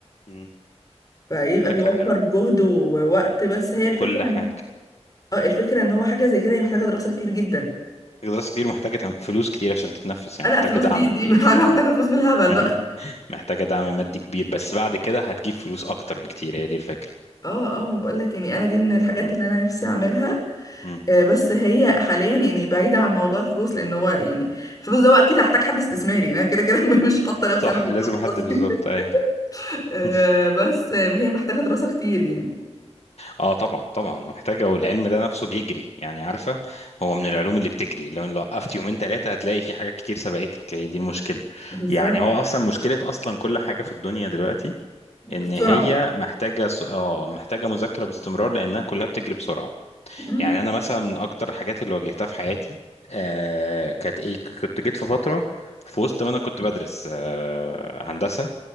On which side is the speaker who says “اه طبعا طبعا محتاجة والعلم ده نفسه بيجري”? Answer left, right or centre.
Left